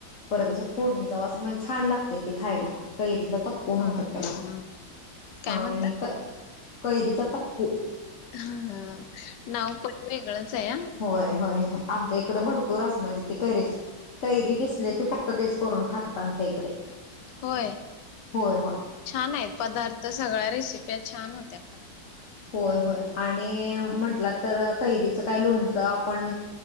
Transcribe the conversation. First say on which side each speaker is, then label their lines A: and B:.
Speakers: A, on the left; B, on the left.
A: परत असं फोडणीचा वास म्हनजे छान लागतय ते खायला कैरीचा को म्हणतात
B: हा
A: त्याला
B: हा हा काय
A: हा
B: म्हणता?
A: आणि कैरीचा तकू
B: हा नाव पण वेगळच हाय
A: होय होय आमच्या इकडे भरपूर म्हणजे ते कैरी कैरी दिसले की फक्त तेच करून खातात आमच्या इकडे
B: होय
A: होय होय
B: छान आहेत पदार्थ सगळ्या रेसिपी त्या छान होत्या खरं
A: होय होय आणि म्हटलं तर कैरीच काय लोणचं आपण